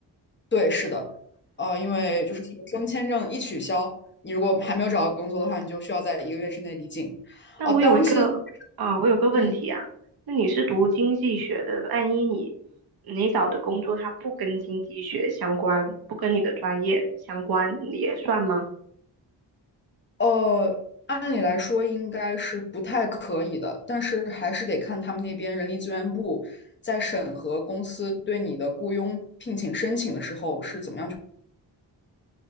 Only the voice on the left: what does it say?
对，是的，呃，因为就是学生签证一取消，你如果还没有找到工作的话，你就需要在一个月之内离境。
哦、当时，
嗯，
呃，按理来说应该是不太可以的，但是还是得看他们那边人力资源部在审核公司对你的雇佣聘请申请的时候是怎么样。去。